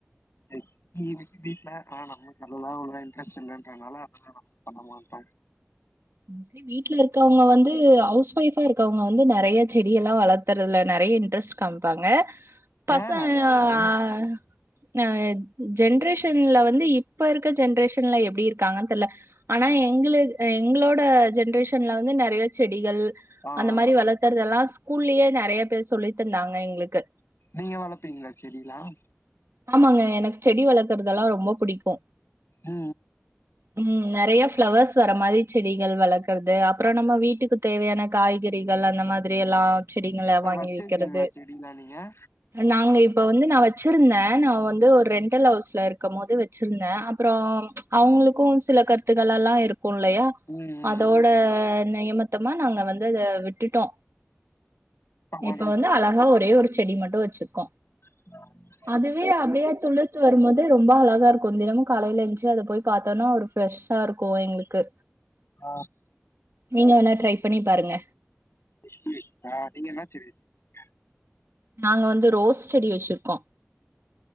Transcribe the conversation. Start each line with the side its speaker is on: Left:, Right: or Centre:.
Left: <unintelligible> வீ வீட்ல ஆஹ் நம்மக்கு அதெல்லா அவ்வளவா இன்ட்ரெஸ்ட் இல்லன்றதுனால அதெல்லாம் ந <unintelligible> பண்ண மாட்டே
Right: மோஸ்ட்லி வீட்ல இருக்கவங்க வந்து ஹவுஸ் ஒய்ஃபா இருக்கவங் நா வந்து நெறைய செடியெல்லா வளத்துறதுல நெறைய இன்ட்ரெஸ்ட் காமிப்பாங்க பசங்க
Left: ஏங்க அது அந்த
Right: ஆ
Left: மாரி?
Right: எ ஜென்ரேஷன்ல வந்து இப்ப இருக்க ஜென்ரேஷன்ல எப்டி இருக்காங்கன் தெர்ல ஆனா எ எங்களுது எங் ங்களோட ஜென்ரேஷன்ல வந்து நெறைய செடிகள்
Left: ஆ, ஆ,
Right: அந்த மாரி
Left: ஆ.
Right: வளர்க்கறதெல்லா ஸ்கூல்லயே நெறைய பேர் சொல்லித் தந்தாங்க எங்ளுக்கு
Left: நீங்க வளர்ப்பீங்களா செடிலாம்?
Right: ஆமாங்க எனக்கு செடி வளக்குறதெல்லா ரொம்ப புடிக்கு
Left: அ அ
Right: ம் நெறைய ஃபிளவர்ஸ் வர மாதிரி செடிகள் வளக்குறது அப்பறோ நம்ம வீட்டுக்கு தேவையான காய்கறிகள் கள்ளா அந்த மாதிரி எல்லாம் செடிங்கள
Left: இப்ப
Right: வாங்கி
Left: வச்சிருக்கீங்களா
Right: வெக்கிறது
Left: செடிலாம் நீங்க?
Right: நாங்க இப் ளோ வந்து நா வச்சிருந்தே நா வந்து ஒரு ரென்டல் ஹவுஸ்ல இருக்கம் போது வச்சிருந்த அப்றோ அவுங்களுக்கும் சில கருத்துக்கள் எல்லா இருக்கு இல்லயா
Left: ம் ம்
Right: அதோட
Left: ம் ஆமா
Right: நியமத் தமா நாங்க வந்து அத விட்டுட்டோ
Left: அப்பா பண்றதுலே
Right: இப்ப வந்து அழகா ஒரே ஒரு செடி மட் டு வச்சிருக்கோ
Left: <inaudible>
Right: அதுவே அப்டியே துளுர்த்து வரும்போது ரொம்ப அழகாருக் கொஞ் தினமும் காலையில எந்ச்சு அதப் போய் பாத்தோனா ஒரு ஃப்ரெஷ்ஷா இருக்கு எங்ளுக்கு
Left: அ
Right: நீங்க எதுனா ட்ரை பண்ணிப் பாருங்க.
Left: <inaudible> நீங்க என்ன செடி வச்சிருக்கீங்க
Right: நாங்க வந்து ரோஸ் செடி வச்சிருக்கோ.